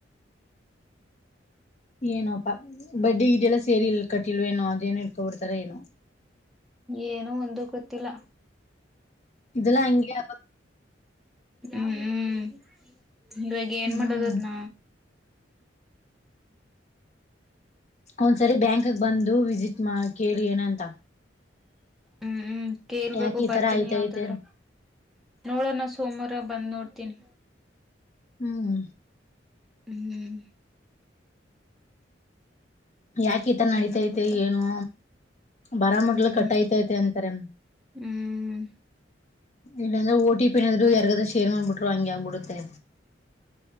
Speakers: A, on the left; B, in the centre.
A: ಏನೋಪ್ಪಾ ಬಡ್ಡಿ ಇದದೆಲ್ಲ ಸೇರಿಲ್ ಕಟ್ಟಿಲ್ವ ಏನೋ ಅದೇನು ಇಡ್ಕೊಬಿಡ್ತಾರ ಏನೋ
B: ಏನುೂ ಒಂದು ಗೊತ್ತಿಲ್ಲ
A: ಇದೆಲ್ಲಾ ಹಂಗೆ
B: ಹ್ಮ್ ಹ್ಮ್ ತಂದ್ರಾಗಿ ಏನ್
A: ಹ್ಮ್
B: ಮಾಡೋದ ಅದ್ನ
A: ಒಂದ್ಸರಿ ಬ್ಯಾಂಕ್ಕ್ ಬಂದು ವಿಸಿಟ್ ಕೇಳಿ ಏನಂತ
B: ಹ್ಮ್ ಹ್ಮ್ ಕೇ ಇರ್ಬೇಕು
A: ಯಾಕೆ ಈ
B: ಬರ್ತೀನಿ
A: ತರ ಆಯ್ತೈತೆ
B: ಯಾವತಾದ್ರ ನೋಡೋಣ ಸೋಮವಾರ ಬಂದ್ ನೋಡ್ತೀನಿ
A: ಹ್ಮ್
B: ಹ್ಮ್
A: ಯಾಕ ಈತರ ನಡತೈತೆ
B: ಏನಾಗುತ್ತೋ
A: ಏನು ಬರಾ
B: ಹ್ಮ್
A: ಮಡ್ಲು ಕಟ್ ಆಐತ ೈತೆ ಅಂತಾರೆ
B: ಹ್ಮ್
A: ಇಲ್ಲಾಂದ್ರೆ ಓಟಿ ಪಿ ಏಾದ್ರು ಯಾರಿಗಾದ್ರೂ ಶೇರ್ ಮಾಡ್ಬಿಟ್ರು ಹಂಗಗೆ ಹಂಗಬಿಡುತ್ತೆ